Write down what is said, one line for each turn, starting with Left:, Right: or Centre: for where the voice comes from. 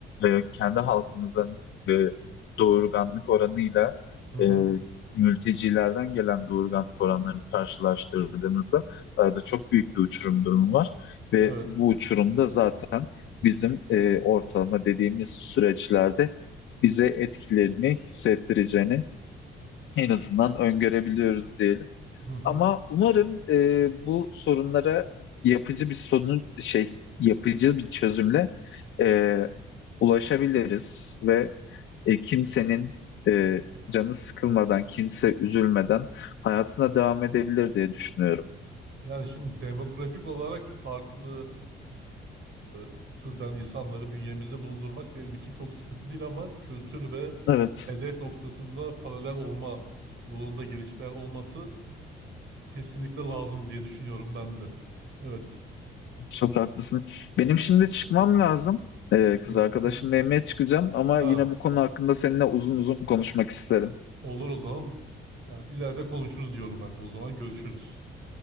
Left: e, kendi halkımızın e, doğurganlık oranıyla
Right: Hı hı.
Left: e, mültecilerden gelen doğurganlık oranlarını karşılaştırdığımızda arada çok büyük bir uçurum durumu var ve
Right: Evet.
Left: bu uçurumda zaten bizim e, ortalama dediğimiz süreçlerde bize etkilerini hissettireceğini en azından öngörebiliyoruz diyelim.
Right: Hı hı.
Left: Ama umarım e, bu sorunlara yapıcı bir sorun şey yapıcı bir çözümle e, ulaşabiliriz ve e, kimsenin e, canı sıkılmadan, kimse üzülmeden hayatına devam edebilir diye düşünüyorum.
Right: Yani şimdi demografik olarak farklı e, türden insanları bünyemizde bulundurmak benim için çok sıkıntı değil ama kültür ve
Left: Evet,
Right: hedef noktasında paralel olma yolunda gelişmeler olması Kesinlikle lazım diye düşünüyorum ben de. Evet.
Left: çok haklısın. Benim şimdi çıkmam lazım. E, kız
Right: Hı,
Left: arkadaşımla
Right: hı.
Left: yemeğe çıkacağım ama
Right: Ha,
Left: yine bu konu hakkında seninle uzun uzun konuşmak isterim.
Right: olur o zaman. Yani ileride konuşuruz diyorum ben de o zaman. Görüşürüz.